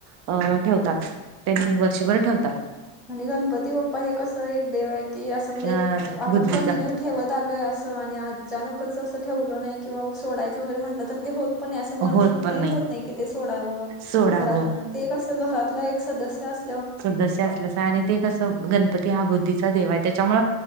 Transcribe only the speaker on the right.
अ ठेवतात त्यांनी वर्षभर ठेवतात.
अ
बुद्धीचा
होत पण
सोडा
सदस्य असल्याच आणि, ते कसं गणपती हा बुद्धीचा देव आहे. त्यांच्यामुळे